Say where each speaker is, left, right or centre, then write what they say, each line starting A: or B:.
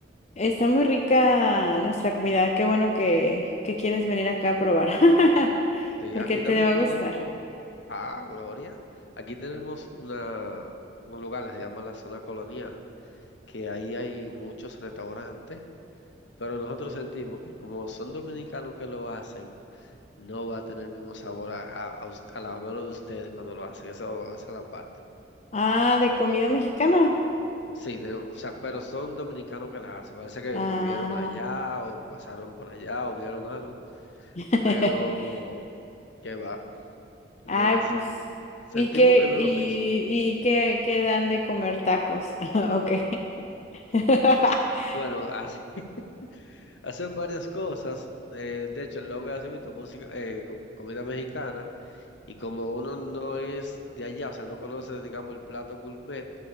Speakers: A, on the left; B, on the left.
A: está muy rica nuestra comida. Qué bueno que, que quieres venir acá a probar, <laughs>
B: Sí,
A: porque
B: aquí
A: te
B: también
A: va a
B: tenemos,
A: gustar.
B: ah, Gloria, aquí tenemos una, un lugar, que se llama la zona colonial, que ahí hay muchos restaurantes, pero nosotros sentimos que como son dominicanos que lo hacen, no va a tener el mismo sabor a, a, a us- a las manos de ustedes cuando lo hacen, eso, esa es la parte.
A: Ah, de comida mexicana.
B: Sí, de- o sea, pero son dominicanos que la hacen, parece que
A: Ah,
B: vivieron allá o pasaron por allá o vieron algo.
A: <laughs>
B: pero qué va. Nos
A: ah, pues,
B: sentimos
A: ¿y qué,
B: que no
A: y,
B: es lo mismo.
A: y qué, qué dan de comer tacos? <laughs> Ok. <laughs>
B: Bueno, hace- <laughs> hacen varias cosas. eh, de hecho, el logo hace mismo música, eh, co- comida mexicana. Y como uno no es de allá, o sea, no conoce, digamos, el plato gourmet,